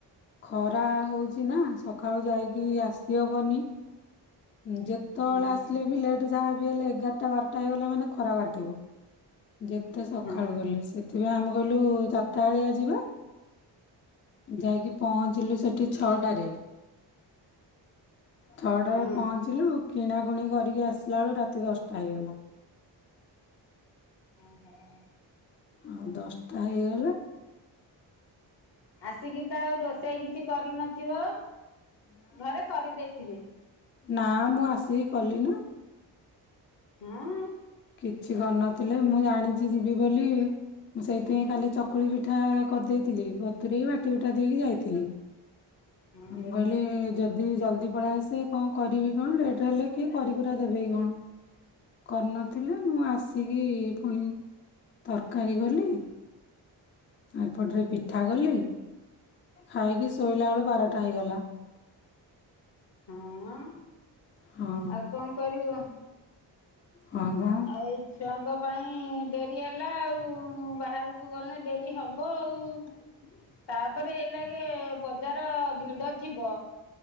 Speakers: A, on the left (about 25°); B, on the left (about 60°).
A: ଖରା ହଉଛି ନା ସକାଳୁ ଯାଇକି ଆସିହବନି ଯେ ଯେତବେଳେ
B: ହୁଁ
A: ଆସିଲେ ବି ଲେଟ୍ ଯାହା ବି ହେଲେ ଏଗାରଟା ବାରଟା ହେଇଗଲେ ମାନେ ଖରା କାଟିବ। ଯେତେ ସକାଳୁ
B: ହଁ
A: ଗଲେ ସେ ପ ଆମେ ଗଲୁ ଚାରିଟା ଆଳିଆ ଯିବା ଯାଇକି ପହଞ୍ଚିଲୁ ସେଠି ଛଅଟାରେ, ଛଅଟାରେ
B: ହଁ
A: ପହଞ୍ଚିଲୁ କିଣାକଣି କରିକି ଆସିଲା ବେଳ ରାତି ଦଶଟା ହେଇଗଲା।
B: ଓହୋ।
A: ଆଉ ଦଶଟା ହେଇଗଲା
B: ଆସିକି ତ ଆଉ ରୋଷେଇ କିଛି କରିନଥିବ? ଘରେ କରି ଦେଇେଥିବି।
A: ନାଁ ମୁଁ ଆସିକି କଲି ନା।
B: ହୁଁ।
A: କିଛି କରିନଥିଲେ ମୁଁ ଜାଣିଚି ଯିବି ବୋଲି ମୁଁ ସେଇଥିପାଇଁ ଖାଲି ଚକୁଳି ପିଠା କରିଦେଇଥିଲି ବତୁରି ବାଟି ବୁଟା ଦେଇକି ଯାଇଥିଲି।
B: ହଁ
A: ମୁଁ କଇଲି ଯ ଯଦି ଜଲଦି ପଳେଇ ଆସେ କଣ କରିବି କଣ ଲେଟ୍ ହେଲେ କି କରି କୁରା ଦେବେ କଣ। କର୍ଣ୍ଣ ଥିଲେ ମୁଁ ଆସିକି ପୁଣି ତରକାରୀ କଲି ଏପଟରେ ପିଠା କଲି ଖାଇକି ଶୋଇଲା ବେଳ ବାରଟା ହେଇଗଲା।
B: ହଁ
A: ହଁ
B: ଆଉ କଣ କରିବ?
A: ହଁ ବା।
B: ଆଉ ଏଇ ଛୁଆଙ୍କ ପାଇଁ ଡେରି ହେଲା ଆଉ ବାହାରକୁ ଗଲେ ଡେରି ହବ ଆଉ।
A: <inaudible>
B: ତାପରେ ଏ ଲାଗେ ବଜାର ଭିଡ ଥିବ